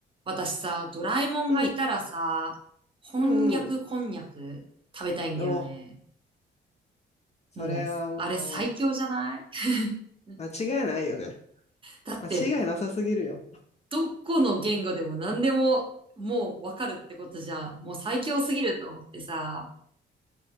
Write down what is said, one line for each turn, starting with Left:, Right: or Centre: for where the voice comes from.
Right: 私さ、ドラえもんがいたらさ、
Left: うん、
Right: 翻訳こんにゃく食べたいんだよね。
Left: うん、うん。お、それはもう、
Right: もう、あれ最強じゃない <laughs>
Left: 間違いないよね。
Right: だって、
Left: 間違いなさすぎるよ。
Right: どこの言語でも何でももうわかるってことじゃん。もう最強すぎると思ってさ。